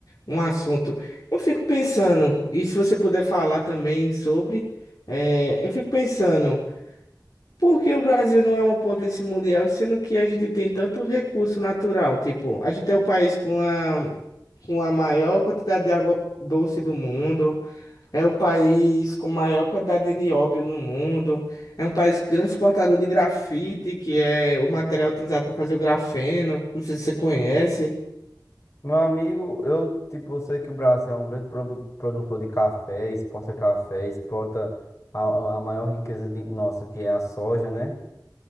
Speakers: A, on the left; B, on the left.
A: um assunto. Eu fico pensando, e se você puder falar também sobre, eh, eu fico pensando, por que o Brasil não é uma potência mundial, sendo que a gente tem tanto recurso natural? Tipo, a gente é o país com a, com a maior quantidade de água doce do mundo. É o país com maior quantidade de nióbio no mundo. É um país grande exportador de grafite, que é o material utilizado para fazer o grafeno. Não sei se você conhece.
B: Meu amigo, eu tipo, eu sei que o Brasil é um grande produ- produtor de café, exporta café, exporta a, a a maior riqueza de nossa, que é a soja, né?